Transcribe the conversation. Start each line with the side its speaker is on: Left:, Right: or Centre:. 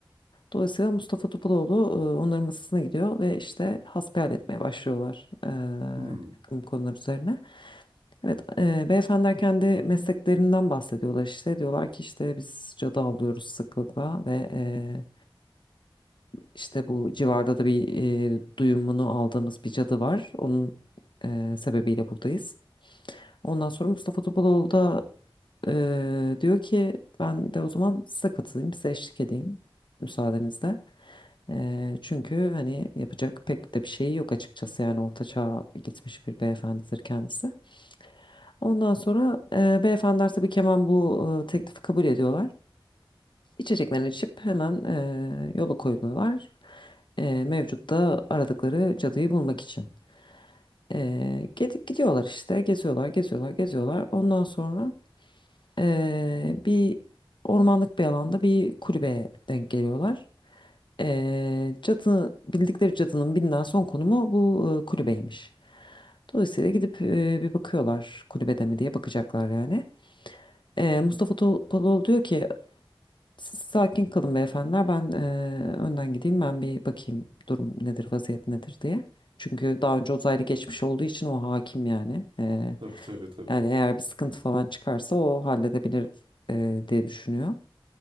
Left: Dolayısıyla Mustafa Topaloğlu e, onların masasına gidiyor ve işte hasbihal etmeye başlıyorlar e,
Right: Hmm.
Left: bir takım konular üzerine. Evet, e, beyefendiler kendi mesleklerinden bahsediyorlar işte. Diyorlar ki işte biz cadı avlıyoruz sıklıkla ve e, işte bu civarda da bir e, duyumunu aldığımız bir cadı var. Onun e, sebebiyle buradayız. Ondan sonra Mustafa Topaloğlu da e, diyor ki ben de o zaman size katılayım, size eşlik edeyim müsaadenizle. Eee, çünkü hani yapacak pek de bir şeyi yok açıkçası yani orta çağa gitmiş bir beyefendidir kendisi. Ondan sonra eee beyefendiler tabii ki hemen bu eee, teklifi kabul ediyorlar. İçeceklerini içip hemen eee yola koyuluyorlar. Eee mevcut da aradıkları cadıyı bulmak için. Eee gidip gidiyorlar işte geziyorlar geziyorlar geziyorlar. Ondan sonra eee, bir ormanlık bir alanda bir kulübeye denk geliyorlar. Eee cadı, bildikleri cadının bilinen son konumu bu e, kulübeymiş. Dolayısıyla gidip e, bir bakıyorlar kulübede mi diye bakacaklar yani. Eee, Mustafa Topaloğlu diyor ki siz sakin kalın beyefendiler ben e, önden gideyim ben bir bakayım durum nedir vaziyet nedir diye. Çünkü daha önce uzaylı geçmiş olduğu için o hakim yani. Eee,
Right: Tabii tabii tabii.
Left: yani eğer bir sıkıntı falan çıkarsa o halledebilir e, diye düşünüyor.